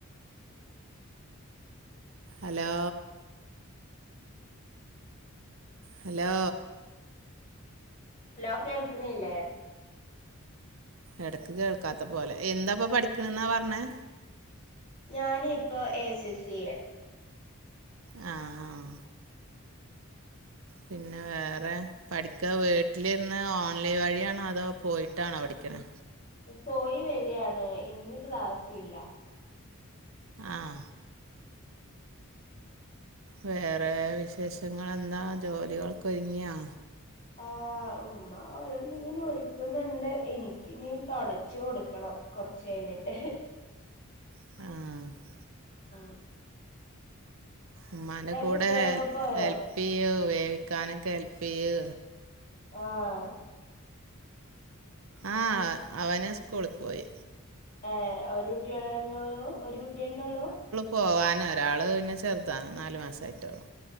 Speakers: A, on the right; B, on the left.
A: അലോ ഹലോ
B: ഹലോ കേൾക്കിണില്ലേ.
A: എടക്ക് കേൾക്കാത്ത പോലെ എന്താപ്പം പഠിക്കണെന്നാ പറഞ്ഞാ
B: ഞാനി പ്പോ എ സി സി എ
A: ആഹ ആഹ പിന്നെ വേറെ പഠിക്കൻ വീട്ടിലിരുന്ന് ഓൺലൈൻ വഴിയാണോ അതോ പോയിട്ടാണോ പഠിക്ക്ണേ
B: പോയി വെരാണ് ഇന്ന് ക്ലാസില്ല
A: ആഹ വേറെ വിശേഷങ്ങളെന്താ ജോലികളൊക്കെ ഒരുങ്ങിയോ
B: ആഹ ഉമ്മ ഓരോന്നിങ്ങനെ ഒരുക്കുന്നുണ്ട് എനിക്കിനി തൊടച്ച് കൊടുക്കണം. കൊറച്ച് കഴിഞ്ഞിട്ട്.
A: ആഹ
B: ആഹ
A: ഉമ്മാന്റെ കൂടെ
B: കുട്ടികളൊക്കെ പോയോ
A: ഹെൽപ് ചെയ്യൂ വേവിക്കാനൊക്കെ ഹെൽപെയ്യൂ
B: ആഹ
A: ആഹ അവന് സ്കൂൾക്ക് പോയി
B: ആഹ ഒരു കുട്ടിയാള്ളനൊളളൂ ഒരു കുട്ടിയന്നെള്ളൂ
A: പോവാനൊരാള് പിന്നെ ചെറുതാ നാല് മാസായിട്ടേളളൂ